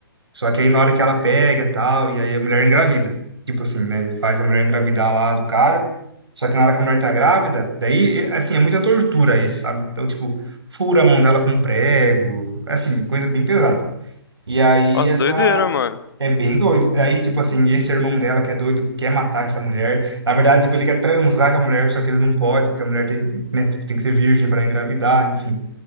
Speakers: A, on the right (about 80°); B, on the left (about 65°).
A: Só que aí na hora que ela pega tal, e aí a mulher engravida. Tipo assim, né? Faz a mulher engravidar lá do cara. Só que na hora que a mulher tá grávida, daí, é, assim, é muita tortura isso, sabe? Então, tipo, fura a mão dela com um prego. É Assim, coisa bem pesada. E aí
B: Nossa,
A: essa.
B: doideira, mano.
A: É bem doido. Aí, tipo assim, esse irmão dela que é doido quer matar essa mulher. Na verdade, tipo, ele quer transar com a mulher, só que ele não pode, porque a mulher tem, né, tipo, tem que ser virgem para engravidar, enfim.